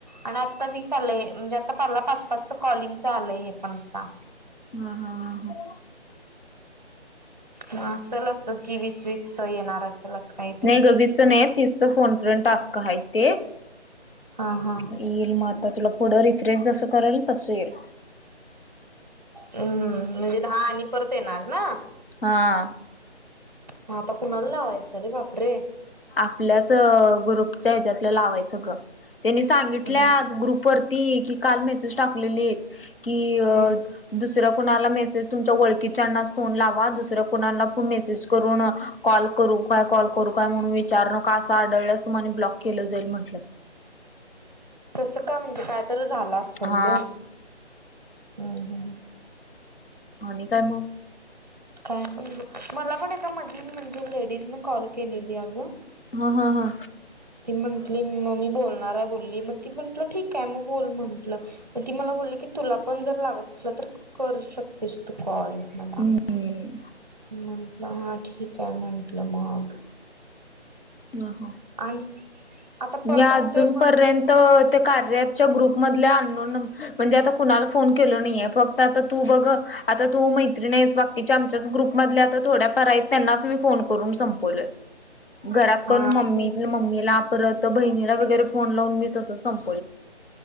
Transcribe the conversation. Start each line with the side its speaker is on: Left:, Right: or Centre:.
Right: आणि आता वीस आलंय म्हणजे आतापाला पाच पाचच कॉलिंगच आलंय हे पण आता.
Left: हा हा हा हा.
Right: म असल असं की वीस वीस च येणार असल असं. काहीतरी
Left: नाही गं वीसचा नाही तीसचा फोन फ्रेंड टास्क हायत ते.
Right: हा हा
Left: येईल म आता तुला पुढं रिफ्रेश जसं करेल तसं येईल.
Right: हम्म म्हणजे दहा आणि परत येणार ना.
Left: हा.
Right: मग आता कुणाला लावायचं रे बापरे!.
Left: आपल्याच ग्रुपच्या ह्याच्यातलं लावायचं ग त्यांनी सांगितल्या
Right: हम्म
Left: अग ग्रुप परती की काल मेसेज टाकलेले आहेत की
Right: हम्म
Left: दुसऱ्या कुणाला मेसेज तुमच्या ओळखीच्यांनाच फोन लावा दुसऱ्या कुणालाच मेसेज करू ना कॉल करु काय कॉल करू काय म्हणून विचार न का असं आढळल्यासुमने ब्लॉक केलं जाईल म्हटलं.
Right: तसं का म्हणजे कायतरी झालं असेल
Left: हा
Right: ग हम्म हम्म.
Left: आणि काय मग?
Right: काय नाही ग मला पण ए मधी म्हणजे लेडीज न कॉल केलेली अगं.
Left: हा हा हा.
Right: ती म्हंटली मग मी बोलणार आहे बोलली मग ती म्हंटलं ठीक आहे मग बोल म्हंटलं. मग ती मला बोलली की तुला पण जर लागत असल तर करू शकतेस तू कॉल. मला
Left: हम्म
Right: म्हंटलं हा ठीक आहे म्हंटलं मग.
Left: हम्म ह.
Right: आणि आता परत
Left: मी अजूनपर्यंत
Right: आणि ते बंद
Left: ते कार्याच्या ग्रुप मधल्या अननोन म्हणजे आता कुणाला फोन केल नाहीये बघ. आता तू बघ. आता तू मैत्रीिणीस बाकीच्या आमच्याच ग्रुपमधले आता थोड्या पार आहेत त्यांनाच मी फोन कर करून संपवले घर
Right: हा
Left: पण मम्मी
Right: मी
Left: मला परत बहिणीला वगैरे फोन लावून मी तसं सं <unintelligible>